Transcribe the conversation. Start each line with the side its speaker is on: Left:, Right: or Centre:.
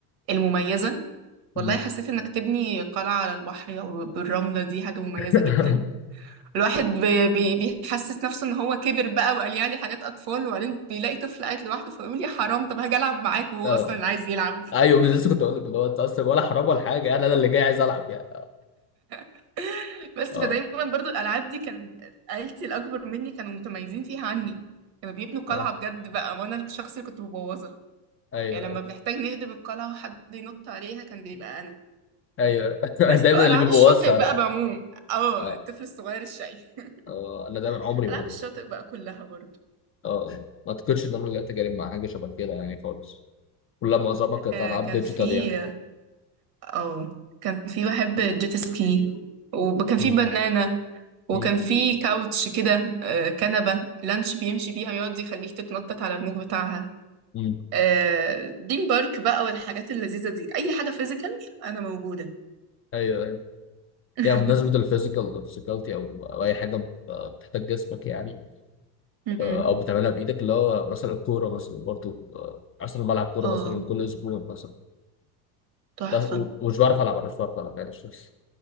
Right: المميزه
Left: مم.
Right: والله حسيت انك تبني قلعه على البحر او بالرمله دي حاجه مميزه
Left: <laughs>
Right: جدا الواحد بي بي بيحسس نفسه ان هو كبر بقى وقال يعني حاجات اطفال وبعدين بيلاقي طفل قاعد لوحده فيقول يا حرام طب هاجي العب معاك وهو
Left: اه
Right: اصلا اللي عايز يلعب
Left: ايوه بس لسه كنت اقول لك اللي هو انت اصلا ولا حرام ولا حاجه يعني انا اللي جاي عايز العب يعني
Right: <laughs> بس
Left: اه
Right: فدايما برضو الالعاب دي كان عيلتي الاكبر مني كانوا متميزين فيها عني كانوا بيبنوا قلعه
Left: اه
Right: بجد بقى وانا الشخص اللي كنت ببوظها
Left: ايوه
Right: يعني لما بنحتاج نهدم القلعه وحد ينط عليها كان بيبقى انا
Left: ايوه
Right: بس
Left: <laughs> دايما
Right: والعاب
Left: اللي بيبوظها
Right: الشاطئ
Left: انا
Right: بقى بعموم اه
Left: اه
Right: الطفل الصغير الشقي
Left: اه انا دايما
Right: <laughs>
Left: عمري ما
Right: العاب
Left: جربت.
Right: الشاطئ بقى كلها برضو
Left: اه آه. ما اعتقدش ان انا اللي اتجارب مع حاجه شبه كده يعني خالص كلها معظمها كانت
Right: آه
Left: العاب
Right: كان
Left: ديجيتال
Right: في
Left: يعني
Right: اه كان في بحب جيت سكي وكان
Left: مم.
Right: في بنانة وكان
Left: مم.
Right: في كاوتش كده آه، كنبة لانش بيمشي بيها يقعد يخليك تتنطط على الموج بتاعها
Left: مم.
Right: آه، دريم بارك بقى والحاجات اللذيذة دي أي حاجة فيزيكال أنا موجودة
Left: ايوه ايوه
Right: <laughs>
Left: يعني بمناسبه الفيزيكال فيزيكالتي او او اي حاجه بتحتاج جسمك يعني
Right: أمم.
Left: آه، او بتعملها بايدك اللي هو مثلا الكوره مثلا برضو آه، مثلا بلعب كوره
Right: اه
Left: مثلا كل اسبوع مثلا
Right: تحفة
Left: بس و-
Right: <laughs>
Left: ومش بعرف العب أنا مش بعرف العب يعني مش-